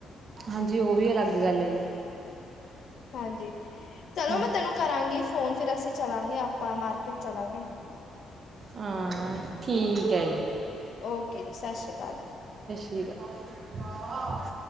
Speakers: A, on the right (about 45°); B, on the left (about 65°).
A: ਹਾਂਜੀ ਓ ਵੀ ਅਲੱਗ ਗੱਲ ਆ ਜੀ।
B: ਹਾਂਜੀ ਚਲੋ
A: ਹੂੰ
B: ਮੈਂ ਤੈਨੂੰ ਕਰਾਂਗੀ ਫੋਨ ਫੇਰ ਅਸੀਂ ਚਲਾਂਗੇ ਆਪਾਂ ਮਾਰਕੀਟ ਚਲਾਂਗੇ
A: ਹਾਂ ਠੀਕ ਐ ਜੀ।
B: ਓਕੇ ਜੀ ਸਛੀ ਕਾਲ।
A: ਸਛੀ ਕਾਲ